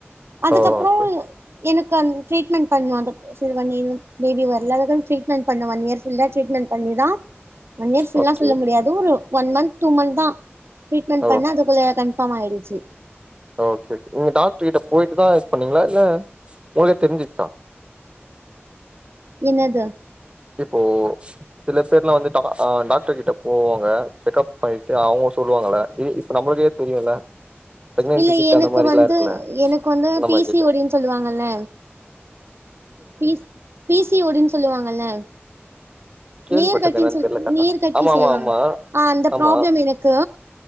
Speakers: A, on the right (about 65°); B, on the right (about 25°).
A: அதுக்கப்றோ
B: ஓ ஓகே
A: எனக் இப்ப அந் ட்ரீட்மெண்ட் பண்லா அந்த சரி பண்ணி பேபி வர்ல அதுக்குன்னு ட்ரீட்மெண்ட் பண்ண ஒன் இயர் ஃபில்லா ட்ரீட்மென்ட் பண்ணி இதா ஒன் இயர் ஃபுல்லா
B: ஓகே
A: சொல்ல முடியாது ஒரு ஒன் மந்த் டூ மந்த்தா ட்ரீட்மெண்ட்
B: ஓ
A: பண்ணா அதுக்குள்ள கண்பாமாயிடுச்சு
B: ஓகே நீங்க டாக்டர் கிட்ட போய்ட்டுதா இது பண்ணிங்களா இல்ல உங்ளுக்கே தெரிஞ்சுருச்சா
A: என்னது
B: இப்போ சில பேர்லா வந்து டாக் அ டாக்டர் கிட்ட போவாங்க செக்கப் பண்ணிட்டு அவங்க சொ சொல்லுவாங்கள்ள இ இப்ப நம்ளுக்கே தெரியுல்ல ப்ரெக்னன்சி
A: இல்ல
B: கிட்
A: எனக்கு
B: அந்த மாரில்லா
A: வந்து
B: இருக்குல்ல
A: எனக்கு வந்து
B: அந்த
A: பி
B: மாரி
A: சி
B: கேக்குறே
A: ஓ டி ன்னு சொல்லுவாங்கல்ல P P C O D னு சொல்லுவாங்கல
B: கேள்விப்பட்டிருக்கே
A: நீர் கட்டினு
B: என்னன்னு
A: சொல்
B: தெர்ல கரெக்டா
A: நீர் கட்டி
B: ஆமா
A: சொல்லுவாங்க
B: ஆமா ஆமா
A: ஆ அந்த
B: ஆமா
A: ப்ராப்ளம் எனக்கு